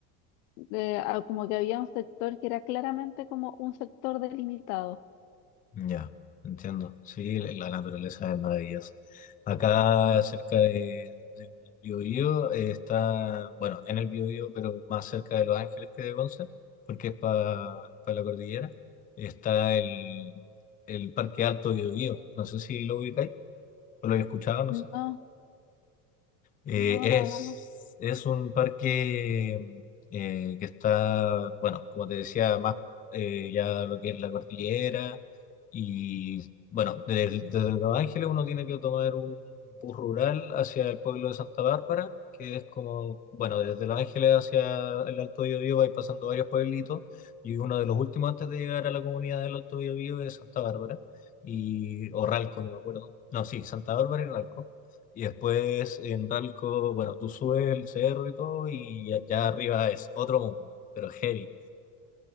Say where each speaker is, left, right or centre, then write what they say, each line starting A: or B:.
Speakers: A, on the left (about 80°); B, on the left (about 20°).
A: de ah, como que había un sector que era claramente como un sector delimitado.
B: Ya, entiendo. Sí, la la naturaleza es maravillosa. Acá
A: Ujú.
B: cerca de, del Biobío eh, está, bueno, en el Biobío, pero más cerca de Los Ángeles que de Conce, porque es para la cordillera, está el, el Parque Alto Biobío. No sé si lo ubicáis o lo habéis escuchado, no
A: No,
B: sé. Eh,
A: no, la
B: es,
A: verdad no.
B: es un parque eh, que está, bueno, como te decía, más eh, ya lo que es la cordillera y, bueno, desde, desde Los Ángeles uno tiene que tomar un bus rural hacia el pueblo de Santa Bárbara, que es como, bueno, desde Los Ángeles hacia el Alto Biobío vais pasando varios pueblitos y uno de los últimos antes de llegar a la comunidad del Alto Biobío es Santa Bárbara y, o Ralco, no me acuerdo. No, sí, Santa Bárbara y Ralco. Y después en Ralco, bueno, tú subes el cerro y todo, y allá arriba es otro mundo, pero heavy.